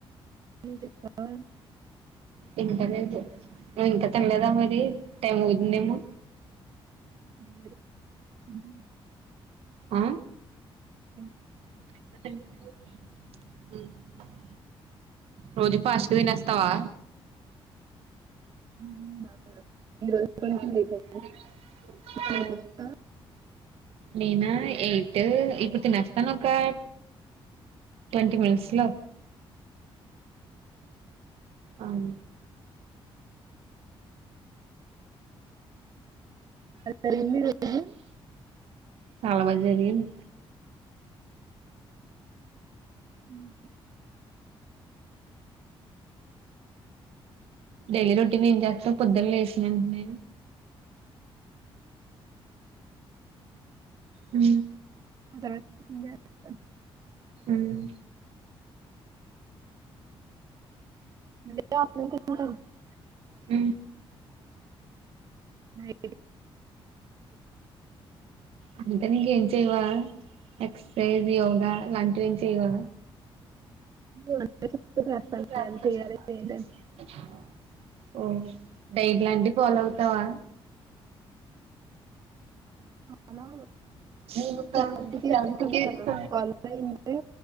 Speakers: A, on the right; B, on the right.
A: చెక్క <unintelligible>
B: ఇంకా తినలేదా నువ్వు ఇంకా తినలేదా మరి టైం అవుతుందేమో
A: <unintelligible>
B: ఆ
A: ఇ
B: ఏమో లే హు రోజు ఫస్ట్ గా తినేస్తావా
A: <unintelligible> కొంచెం
B: ననా
A: లేట్ అయింది ఇప్పుడు
B: ఏ
A: దాకా
B: నిన్నా ఏటై ఇప్పుడు తినస్తాను అక్కాయ్ ట్వంటీ మినిట్స్ లో అవును
A: జరిగింది ఈ రోజు
B: చాలా మంది జరిగింది
A: ఉ
B: డైలీ రొటీన్ ఏం చేస్తా పొద్దున్న లేసివెంటనే ఉ
A: వాకింగ్ చేస్తాను
B: ఉమ్
A: <unintelligible>
B: హు
A: నే
B: అంత నీకె చేయవా ఎక్ససైజ యోగా అలాంటివి చేయవా
A: <unintelligible>
B: నీను
A: నేను
B: చేయిస్తాను
A: చేయాలి ఏంటని
B: ఓ డైట్లాంటివి ఫాలో అవుతావా
A: అలా
B: నేను ఒక
A: సెవెంటీకి
B: శాంతికి
A: చేసి ఉంటాను
B: అంట
A: వాళ్ళు అయింది